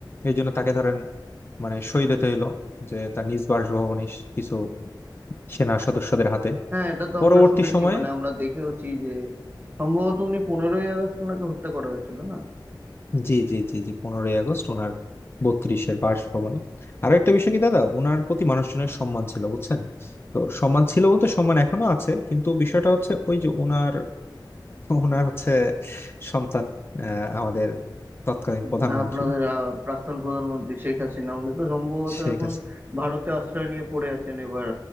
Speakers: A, on the left (about 30°); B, on the right (about 25°).
A: এই জন্য তাকে ধরেন মানে শহীদ হতে হলো যে তার নিজ বাসভবনে কিছু সেনা সদস্যদের হাতে
B: হ্যাঁ এটা তো
A: পরবর্তী
B: আমরা শুনেছি
A: সময়ে
B: মানে আমরা দেখেওছি যে সম্ভবত উনি পনেরোই আগস্ট ওনাকে হত্যা করা হয়েছিল না
A: জি জি জি জি পনেরোই আগস্ট ওনার বত্রিশের বাসভবনে আরো একটা বিষয় কি দাদা ওনার প্রতি মানুষজনের সম্মান ছিল বুঝছেন তো সম্মান ছিল বলতে সম্মান এখনো আছে কিন্তু বিষয়টা হচ্ছে ওই যে ওনার ওনার হচ্ছে সন্তান আহ, আমাদের তৎকালীন
B: উম,
A: প্রধানমন্ত্রী
B: আপনাদের আহ, প্রাক্তন প্রধানমন্ত্রী শেখ হাসিনা উনি তো সম্ভবত
A: শেখ
B: এখন
A: হাসিনা
B: ভারতে আশ্রয় নিয়ে পড়ে আছেন এবার